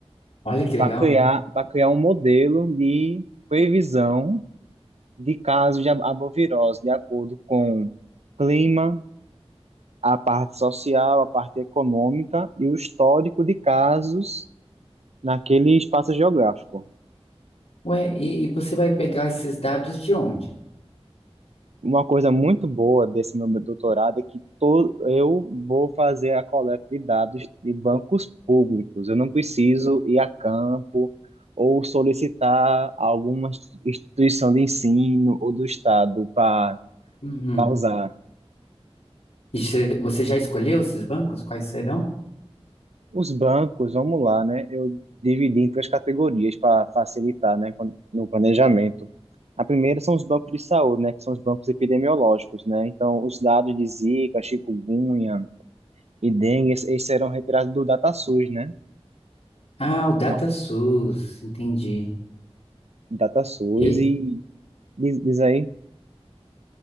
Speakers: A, on the left; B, on the right.
A: Olha que legal.
B: para criar, para criar um modelo de previsão de casos de arbovirose de acordo com clima, a parte social, a parte econômica e o histórico de casos naquele espaço geográfico.
A: Ué, e, e você vai pegar esses dados de onde?
B: Uma coisa muito boa desse meu doutorado é que to- eu vou fazer a coleta de dados de bancos públicos. Eu não preciso ir a campo ou solicitar alguma instituição de ensino ou do Estado para
A: Uhum.
B: pausar.
A: E você você já escolheu esses bancos? Quais serão?
B: Os bancos, vamos lá, né? Eu dividi em três categorias para facilitar, né, quando- no planejamento. A primeira são os bancos de saúde, né, que são os bancos epidemiológicos, né? Então, os dados de Zika, chikungunya e dengue, esses esses serão retirados do DataSUS, né?
A: Ah, o DataSUS,
B: Que é o
A: entendi.
B: DataSUS
A: E, aí
B: e diz, diz aí,